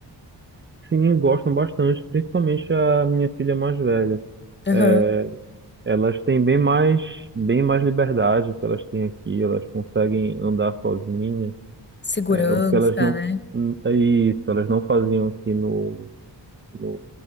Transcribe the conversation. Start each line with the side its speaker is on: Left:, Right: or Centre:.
Right: sim, gostam bastante, principalmente a minha filha mais velha.
Left: Aham.
Right: É, elas têm bem mais, bem mais liberdade que elas têm aqui. Elas conseguem andar sozinhas.
Left: Segurança,
Right: É, o que elas não,
Left: né?
Right: é isso, elas não faziam aqui no, no